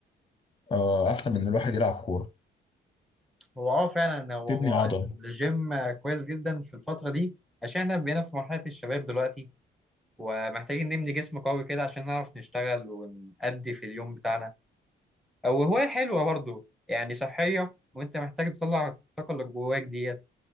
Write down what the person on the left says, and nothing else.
آه، احسن من إن الواحد يلعب كوره
تبني
عضل